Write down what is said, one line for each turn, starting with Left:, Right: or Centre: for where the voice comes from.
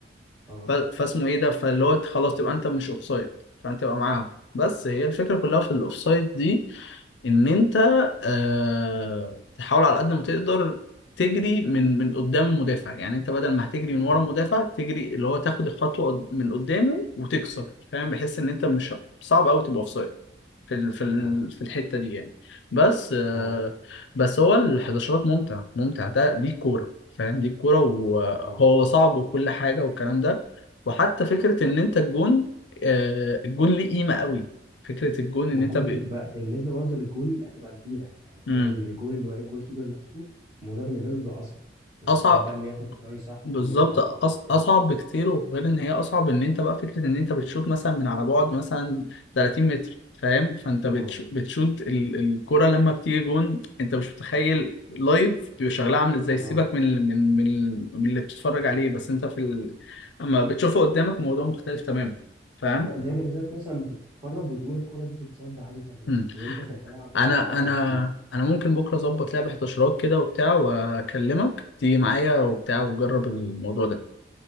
Right: اه
Left: ف- فاسمه ايه ده فاللي هو خلاص تبقى انت مش اوفسايد فانت تبقى معاهم بس هي الفكره كلها في الاوفسايد دي ان انت آه تحاول على قد ما تقدر تجري من من قدام المدافع يعني انت بدل ما هتجري من ورا
Right: اه
Left: المدافع تجري اللي هو تاخد الخطوه قد- من قدامه وتكسر فاهم بحيث ان انت مش صعب قوي تبقى اوفسايد في ال- في ال-
Right: اه
Left: في الحته دي يعني بس آه،
Right: اه
Left: بس هو الحداشرات ممتع ممتع ده دي كوره فاهم دي كوره وهو
Right: اه
Left: صعب وكل حاجه والكلام ده وحتى فكره ان انت الجون آه، الجون ليه قيمه قوي فكره الجون
Right: والجون
Left: ان انت ب...
Right: كب- بقى- بالنسبة برضه للجون هتبقى كبيرة يعني حوار
Left: مم.
Right: ان الجون اللي واقف جول كيبر نفسه الموضوع بالنسبة له بيبقى اصعب ان
Left: اصعب
Right: حوار بقى ان ياخد تراي صح
Left: بالظبط
Right: ويطلع
Left: أص...
Right: صح وكده
Left: اصعب بكتير وغير ان هي اصعب ان انت بقى فكره ان انت بتشوط مثلا من على بعد مثلا 30 متر فاهم فانت بتش...
Right: اه
Left: بتشوط ال... الكره لما بتيجي جون انت مش متخيل لايف بيبقى شغلها عامل ازاي سيبك
Right: اه
Left: من ال- من من, ال- من اللي بتتفرج عليه بس انت في ال... اما بتشوفه قدامك الموضوع مختلف تماما فاهم
Right: اه زي بالنسبه لك مثلا بتتفرج وتقول الكرة دي تتصد عادي سهله
Left: مم.
Right: بس وانت في الحقيقه
Left: انا
Right: بتبقى
Left: انا
Right: اصعب بكتير
Left: انا ممكن بكره اظبط لعبه 11 كده وبتاع واكلمك تيجي معايا وبتاع وجرب الموضوع ده